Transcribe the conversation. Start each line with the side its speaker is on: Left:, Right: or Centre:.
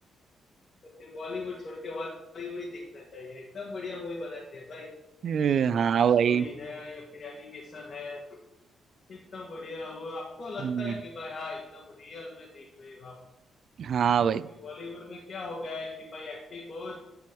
Left: तो फिर बॉलीवुड छोड़ के हॉलीवुड ही देखना चाहिए एकदम बढ़िया मूवी बनाते हैं भाई
Right: <laughs> ए, हाँ
Left: उसका
Right: भाई
Left: स्टोरी है या फिर एनिमेशन है एकदम बढ़िया वो आपको लगता
Right: हम्म
Left: है कि भाई हाँ एकदम रियल में देख रहे हो आप
Right: हाँ भाई
Left: फिर बॉलीवुड में क्या हो गया है कि भाई एक्टिंग बहुत